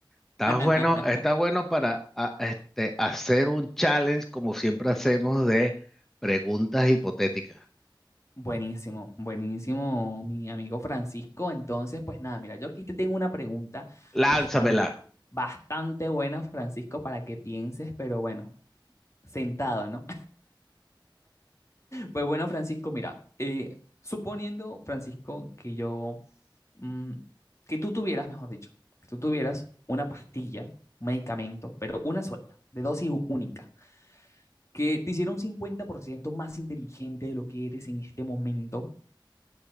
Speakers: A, in the centre; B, on the left.
A: Estás
B: <laughs>
A: bueno, estás bueno para a- este, hacer un challenge como siempre hacemos de preguntas hipotéticas.
B: Buenísimo, buenísimo, mi amigo Francisco. Entonces, pues nada, mira, yo aquí te tengo una pregunta
A: Lánzamela.
B: bastante, bastante buena, Francisco, para que pienses, pero bueno, sentado, ¿no? Pues bueno, Francisco, mira, eh, suponiendo, Francisco, que yo, mm, que tú tuvieras, mejor dicho, que tú tuvieras una pastilla, un medicamento, pero una sola, de dosis u- única, que te hiciera un 50% más inteligente de lo que eres en este momento,